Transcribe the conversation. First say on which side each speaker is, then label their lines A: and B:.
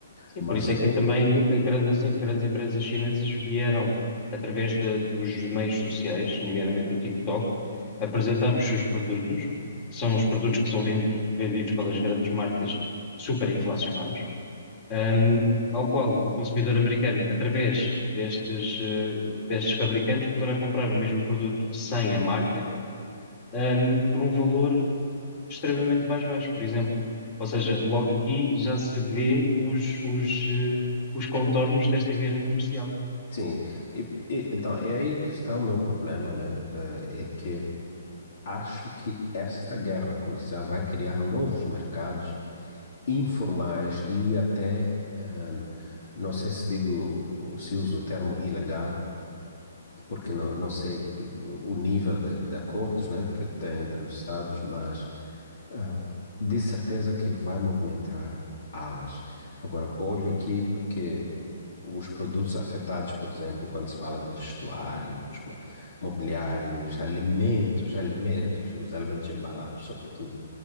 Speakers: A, on the left (about 40°); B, on the left (about 60°).
A: Sim,
B: Mas
A: por isso
B: tem,
A: é que também eh, grandes, eh, grandes empresas chinesas vieram, através de- dos meios sociais, nomeadamente o TikTok, apresentar os seus produtos, que são os produtos que são ven- vendidos pelas grandes marcas superinflacionados, ahm, ao qual o consumidor americano, através destes, eh, destes fabricantes, poderá comprar o mesmo produto sem a marca, ahm, por um valor extremamente mais baixo, por exemplo. Ou seja, logo aqui já se vê os, os, eh, os contornos desta guerra comercial.
B: sim. E- e, então, é aí que está o meu problema, né? Eh, é que acho que esta guerra comercial vai criar novos mercados informais e até, eh, não sei se digo, se uso o termo ilegal, porque não, não sei que, o nível de, de acordos, né, que tem entre os Estados, mas ah, de certeza que vai movimentar alas. Agora, olho aqui porque os produtos afetados, por exemplo, quando se fala de vestuários, mo- mobiliários, alimentos, alimentos, os alimentos embalados, sobretudo,